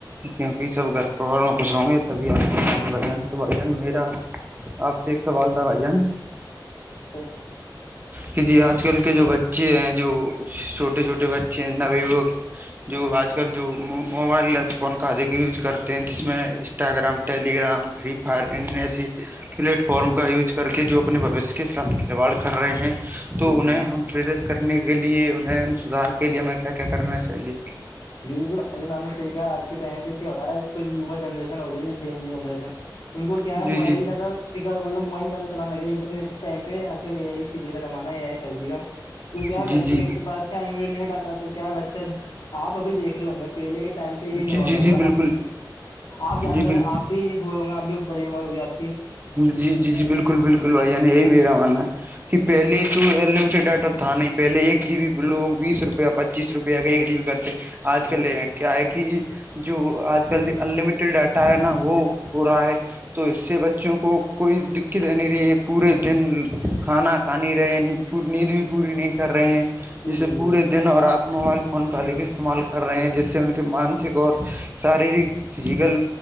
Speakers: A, on the right (about 25°); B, on the left (about 80°).
A: کیونکہ سب گھر پروار میں خش ہوں گے تبھی آپ بھن تو بھ جان میرا آپ سے ایک سوال تھا بھائی جان
B: ج
A: کہ جی آج کل کے جو بچے بچے ہیں جو چھوٹے چھوٹے بچے ہیں نبی جو آج کل جو موبائل فون کادے کا یوج کرتے ہیں جس میں Instagram Telegram Free Fire and ای س پلیٹ فارم کا یوج کر کے جو اپنے بھوشیہ کے ساتھ کھلواڑ کر رہے ہیں تو
B: بالکل
A: انہیں ہم پرییرت کرنے کے لیے انہیں ان سدار کے لیے ہمیں کیا کیا کرنا چاہیے
B: جی آ ہم نے صح کہا آج کے ٹائ پہ کیا ہو رہا ہے وا جنریشن ہو رہی ہے جین جی جنریشن ان کو کیا
A: جی
B: ہے موبائل
A: جی
B: کییاد فرطلب موبائل زیادہلانے لگے انٹرنیٹ کے ٹائ پہ یہ فیچر کا زمانہ ہے یہ آئی فائیو جی کا جو کیا
A: جی
B: ہے بچوں
A: جی
B: کے ایک پاس ک آنے مجھے نیٹ آتا تو کیا بچہ آپ ابھی دیکھ رہے ہوں گے پہلے کے ٹائم پہ یہ نہیں
A: جی
B: ہوا
A: جی
B: کرتا
A: جی بالکل
B: تھا آپ جانتے
A: جی
B: ہوں
A: بال
B: گے آپ بھی ہوئے گ اب بھیڑی عمر ہوگیپ
A: جی جی جی بالکل بالکل بھائی جان یہی میرا ماننا ہے کہ پہلے تو اے مجھے ڈاٹا تھا نہیں پہلے ایک جی بیی پو بیس روپیا پچیس روپیہ ایک جی بیی کرتے آج
B: بالکل
A: کل کیا ہے کہ جو آج کل انلمٹڈ ڈاٹا ہے نا وہ ہو رہا ہے تو اس سے بچوں کو کوئی دقت نہیں رہی ہے پورے دن کھانا کھا نہیں رہے پور نیند بھی پوری نہیں کر رہے ہیں
B: بالکل
A: جسے
B: بالکل
A: پورے دن اور رات موبائل فون کا استعمال کر رہے ہیں جس سے ان کے مانسک اور شارییرک فزیکل